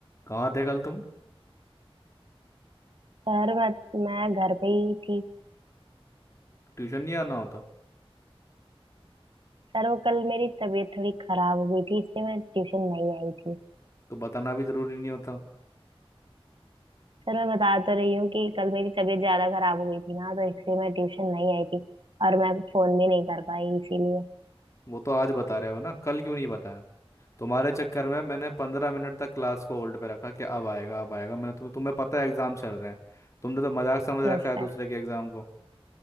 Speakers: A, on the left; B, on the right.
A: कहाँ थे कल तुम
B: Sir मैं मैं घर पे ही थी
A: ट्यूशन नहीं आना होता
B: सर वो कल मेरी तबीयत थोड़ी खराब हो गई थी इसलिए मैं ट्यूशन नहीं आई थी
A: तो बताना भी जरूरी नहीं होता
B: सर मैं बता तो रही हूँ कि कल मेरी तबीयत ज्यादा खराब हो गई थी ना तो इसलिए मैं ट्यूशन नहीं आई थी और मैं फोन भी नहीं कर पाई इसीलिए
A: वो तो आज बता रहे हो ना कल क्यों नहीं बताया तुम्हारे चक्कर में मैंने पंद्रह मिनट तक क्लास को होल्ड पे रखा कि अब आएगा अब आएगा मैंने तुम्हें तुम्हें पता है एग्जाम चल रहे हैं तुमने तो मजाक समझ रखा
B: Yes
A: है दूसरे
B: sir
A: के एग्जाम को